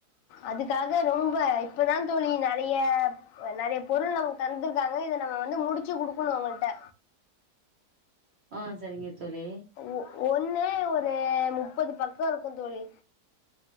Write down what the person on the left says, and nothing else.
அதுக்காக ரொம்ப இப்பதா தோழி நறைய நறைய பொருள் நமக்கு தந்திருக்காங்க இத நம்ம வந்து முடிச்சு குடுக்கனும் அவங்கிட்ட
ஒ ஒன்னே ஒரு முப்பது பக்கம் இருக்கும் தோழி